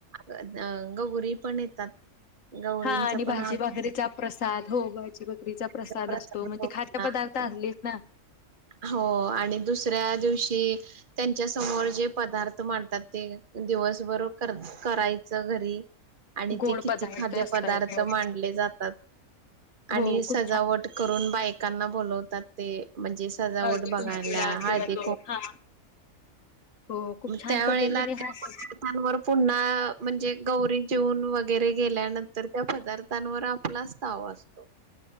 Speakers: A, on the right; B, on the left.
A: अंग अ गौरीपण येतात. गौरींच
B: हा आणि
A: पण
B: भाजी
A: आगमन
B: भाकरीचा प्रसाद. हो भाजी भाकरीचा
A: होण्याचा
B: प्रसाद असतो, मग
A: गौरींना
B: ते खाद्यपदार्थ
A: असतो.
B: आ णलीस ना.
A: हो आणि दुसऱ्या दिव शी त्यांच्यासमोर जे पदार्थ मांडतात, ते दिवसभर कर करायचं. घरी आणि
B: गोड
A: ते किती
B: पदार्थ
A: खाद्यपदार्थ
B: असतात हो
A: मांडले जातात. आणि
B: हो
A: सजावट
B: खूप छान
A: करून बायकांना बोलवतात ते म्हणजे सजावट
B: हळदी
A: बघायला
B: कुंकूला
A: हळदी
B: किंवा तो हा हो खूप छान
A: त्यावेळेला
B: पद्धतीने
A: त्या
B: हा
A: पदार्थांवर
B: सण
A: पुन्हा म्हणजे गौरी जेऊन वगैरे गेल्यानंतर, त्या पदार्थांवर आपलाच ताव असतो.